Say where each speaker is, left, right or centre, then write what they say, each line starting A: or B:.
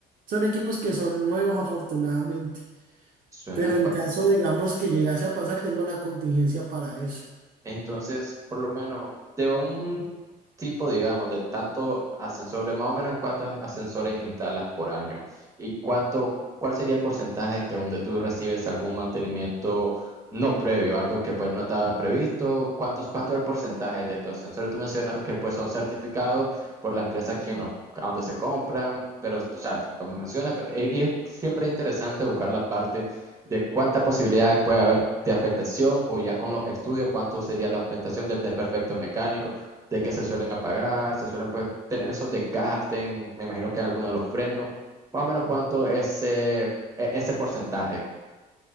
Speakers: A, on the right (about 55°); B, on the right (about 20°).
A: Son equipos que son nuevos afortunadamente.
B: Suena,
A: Pero en
B: bastante
A: caso, digamos, que llegase a pasar, tengo la contingencia para eso.
B: Entonces, por lo menos, de un tipo, digamos, de tantos ascensores, más o menos en cuántos ascensores instalas por año y cuánto, cuál sería el porcentaje que donde tú recibes algún mantenimiento no previo, algo que pues no está previsto, cuántos, cuánto es el porcentaje de estos ascensores. Tú mencionas que pues son certificados por la empresa quien los, a donde se compran, pero tú sabes, pues, como mencionas, pero- y y es siempre interesante buscar la parte de cuánta posibilidad puede haber de afectación o ya con los estudios, cuánto sería la afectación de desperfecto mecánico, de que se suelen apagar, se suelen pues, tener esos desgastes, en, me imagino que en alguno de los frenos, más o menos cuánto es eh, e- ese porcentaje.